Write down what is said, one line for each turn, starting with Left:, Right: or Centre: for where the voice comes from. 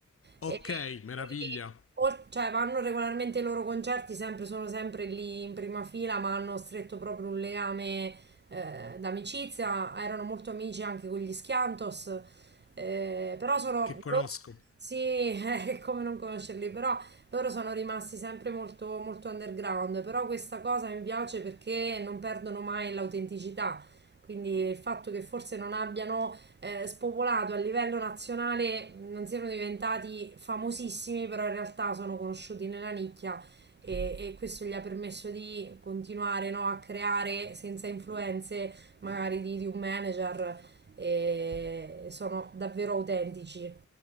Right: E
Left: Ok,
Right: quindi,
Left: meraviglia,
Right: o- cioè, vanno regolarmente ai loro concerti, sempre, sono sempre lì in prima fila, ma hanno stretto proprio un legame eh, d'amicizia. Erano molto amici anche con gli Schiantos. eh, però sono...
Left: che conosco.
Right: loro- Sì, <laughs> è come non conoscerli, però loro sono rimasti sempre molto, molto underground, però questa cosa mi piace perché non perdono mai l'autenticità. Quindi il fatto che forse non abbiano eh, spopolato a livello nazionale, non siano diventati famosissimi, però in realtà sono conosciuti nella nicchia e, e questo gli ha permesso di continuare no, a creare senza influenze magari di, di un manager e sono davvero autentici.